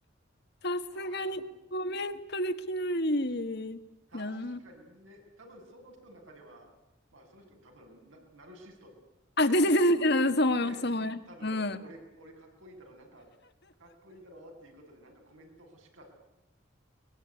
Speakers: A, on the left (about 55°); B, on the right (about 85°).
A: <laughs> さすがにコメントできないな
B: ああ、確かにね、多分その人の中では、まあその人の多分ナ、ナルシストって、
A: ああ、で、で、で、で、でそう思います、
B: ね、
A: そう思います。
B: 多分俺、
A: うん。
B: 俺かっこいいだろう、なんか、かっこいいだろうっていうことでなんかコメント欲しかっ